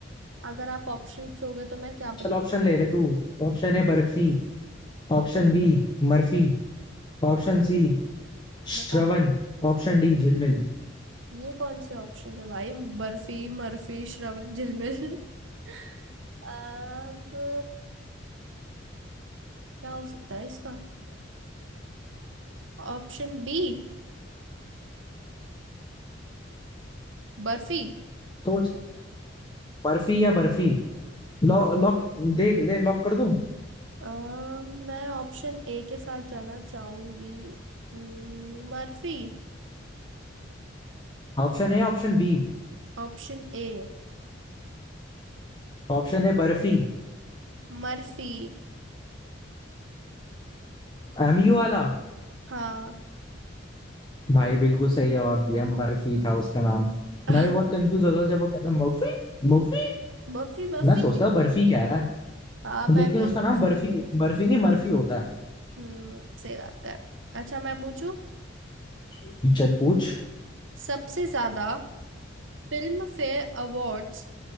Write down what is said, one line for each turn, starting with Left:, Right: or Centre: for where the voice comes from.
Right: अगर आप ऑप्शंस दोगे तो मैं क्या बता
Left: चल ऑप्शन ले ले तू Option A Barfi option B Murphy option C Shravan
Right: बता
Left: option D Jhilmil
Right: ये कौन से ऑप्शन है भाई बर्फी मर्फी श्रवण झिलमिल <laughs> अब क्या हो सकता है इसका ऑप्शन बी बर्फी
Left: सोच बर्फी या बर्फी Lock lock देख ले लॉक कर दूं
Right: अ, मैं ऑप्शन ए के साथ जाना चाहूंगी हम्म, मर्फी
Left: Option A option B
Right: Option A
Left: option A barfi
Right: Murphy
Left: एम यू वाला
Right: हाँ
Left: भाई बिल्कुल सही जवाब दिया मर्फी था उसका नाम
Right: <laughs>
Left: मैं भी बहुत कंफ्यूज होता था जब वो कहता मर्फी मर्फी
Right: Murphy Murphy
Left: मैं सोचता था बर्फी क्या है
Right: हाँ मैं
Left: लेकिन
Right: भी यही
Left: उसका
Right: सोच-
Left: नाम बर्फी बर्फी नहीं मर्फी होता
Right: हम्म सही बात है अच्छा मैं पूछूं
Left: है चल पूछ
Right: सबसे ज्यादा फिल्म फेयर अवार्ड्स